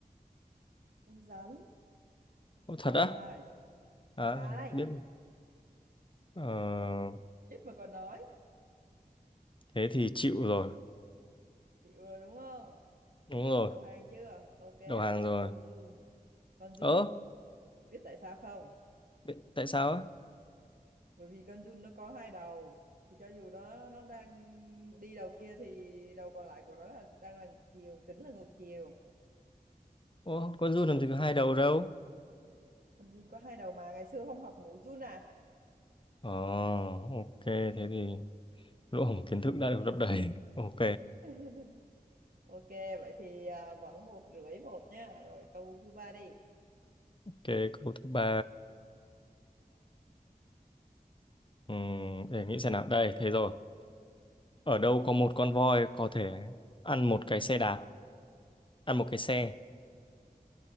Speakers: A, on the right; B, on the left.
A: con rắn
B: Ô, thật á
A: sai
B: à
A: sai
B: không biết ờ,
A: ít mà còn nói
B: thế thì chịu rồi
A: chịu rồi đúng không
B: đúng rồi
A: đầu hàng chưa ok đó
B: đầu hàng
A: là
B: rồi
A: con giun con giun
B: ớ
A: biết tại sao không
B: biết- tại sao á
A: bởi vì con giun nó có hai đầu thì cho dù nó nó đang đi đầu kia thì đầu còn lại của nó là đang là ngược chiều tính là ngược chiều
B: ô con giun làm gì có hai đầu đâu
A: con giun có hai đầu mà ngày xưa không học mũi giun à
B: ờ ok thế thì lỗ hổng kiến thức đã được lấp đầy ok
A: <laughs> ok vậy thì à, vẫn một rưỡi một nha rồi câu thứ ba đi
B: cái câu thứ ba Ừm, để nghĩ xem nào đây thế rồi ở đâu có một con voi có thể ăn một cái xe đạp ăn một cái xe